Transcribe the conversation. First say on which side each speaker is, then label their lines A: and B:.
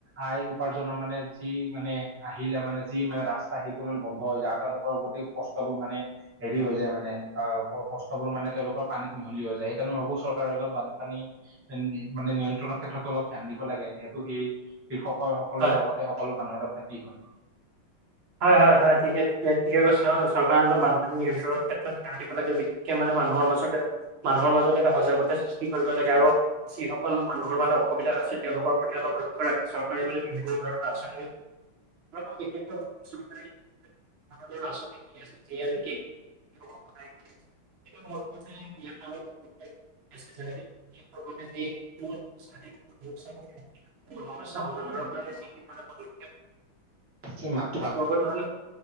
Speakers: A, on the right (about 20°); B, on the right (about 80°).
A: আয় উপাৰ্জনৰ মানে যি মানে আহিলা মানে যি মানে ৰাস্তা সেইটো মানে বন্ধ হৈ যায় আৰু তেওঁলোকৰ গোটেই কষ্টবোৰ মানে হেৰি হৈ যায় মানে আহ কষ্টবোৰ মানে তেওঁলোকৰ পানীত মিহলি হৈ যায় সেইকাৰণে ভাবো চৰকাৰে অলপ বানপানী মানে নিয়ন্ত্ৰণৰ ক্ষেত্ৰত অলপ ধ্যান দিব দিব লাগে যিহেতু সেই কৃষকৰ সকলৰ
B: হয়
A: লগতে সকলো মানুহৰ লগতে ক্ষতি হয়
B: হয় হয় হয় ঠিকে ঠিকে কৈছে চৰকাৰে অলপ বানপানী নিয়ন্ত্ৰণৰ ক্ষেত্ৰত ধ্যান দিব লাগে বিশেষ বিশেষকে মানে মানুহৰ মাজত মানুহৰ মাজত এটা সজাগতা সৃষ্টি কৰিব লাগে আৰু যিসকল মানুহৰ মানে অসুবিধা ‌হৈছে তেওঁলোকৰ প্ৰতি অলপ লক্ষ্য ৰাখি চৰকাৰে মানে বিভিন্ন ধৰণৰ আঁচনি অ দেখিছো <unintelligible> <unintelligible> মোৰ সেই কোনো সমস্যা সমাধান কাৰনে যি
A: চুই মাত
B: গৰম ভাল